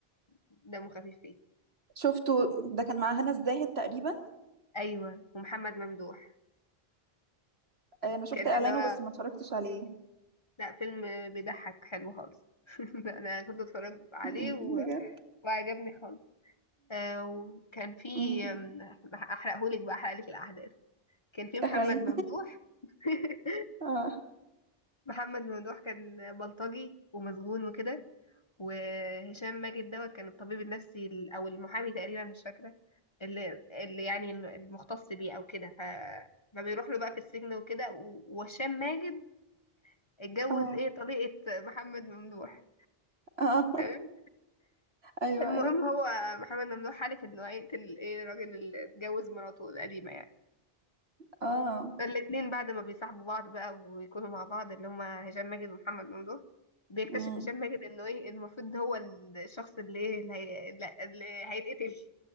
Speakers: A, on the left (about 30°); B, on the right (about 80°).
A: دمه خفيف فيه
B: شفته ده كان مع هنا الزاهد تقريبا
A: أيوة ومحمد ممدوح
B: آه، انا شفت
A: كان
B: اعلانه
A: اللي هو
B: بس ما اتفرجتش عليه
A: لا فيلم آه، بيضحك حلو خالص <laughs> ده أنا كنت اتفرج عليه
B: م-
A: و...
B: بجد
A: وعجبني خالص آه وكان في
B: مم.
A: آم، أحرقهولك بقى أحرقلك الأحداث كان في محمد
B: احرقي
A: ممدوح <laughs>
B: اه
A: محمد ممدوح كان بلطجي ومسجون وكده وهشام ماجد دوت كان الطبيب النفسي ال- او المحامي تقريبا مش فاكره اللي, اللي يعني المختص بيه او كده ف ما بيروح له بقى في السجن وكده و- وهشام ماجد اتجوز
B: اه
A: ايه طليقه محمد ممدوح
B: اه <laughs>
A: تمام
B: ايوه
A: المهم
B: ايوه
A: هو محمد ممدوح حلف انه هيقتل ايه الراجل اللي اتجوز مراته القديمه يعني
B: اه
A: فالاتنين بعد ما بيصاحبوا بعض بقى ويكونوا مع بعض اللي هما هشام ماجد ومحمد ممدوح بيكتشف
B: امم
A: هشام ماجد انه ايه المفروض ده هو الشخص اللي ايه اللي, هي... اللي هيتقتل